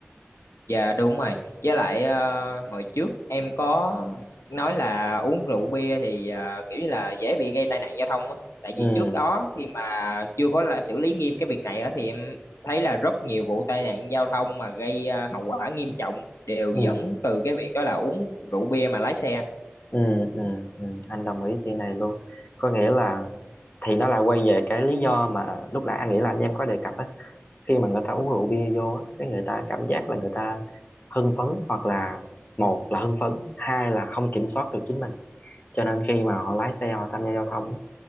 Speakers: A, on the left; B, on the left.
A: Dạ đúng rồi. Với lại ờ, hồi trước em có nói là uống rượu bia thì ờ, kiểu như là dễ bị gây tai nạn giao thông á. Tại
B: ừ
A: vì trước đó khi mà chưa có là xử lý nghiêm cái việc này á thì em thấy là rất nhiều vụ tai nạn giao thông mà gây ờ, hậu quả nghiêm trọng đều
B: ừ
A: dẫn từ cái việc đó là uống rượu bia mà lái xe.
B: ừ ừ, ừ. anh đồng ý chuyện này luôn có nghĩa là thì nó lại quay về cái lý do mà lúc nãy anh nghĩ là anh em có đề cập á khi mà người ta uống rượu bia vô á cái người ta cảm giác là người ta hưng phấn hoặc là một là hưng phấn hai là không kiểm soát được chính mình cho nên khi mà họ lái xe họ tham gia giao thông á,